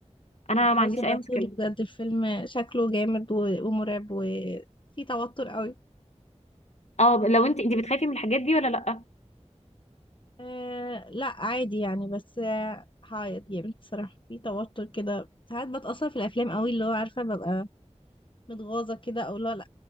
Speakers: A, on the left (about 65°); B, on the left (about 45°).
A: انا
B: لا خلاص
A: ما عنديش
B: ابعتولي
A: اي مشكله
B: بجد الفيلم شكله جامد و- ومرعب وفي توتر قوي
A: اه لو انت انت بتخافي من الحاجات دي ولا لا
B: أه لا عادي يعني بس آه، هعيط جامد بصراحة في توتر كده ساعات بتأثر في الأفلام قوي اللي هو عارفة ببقى متغاظة كده أو لا لا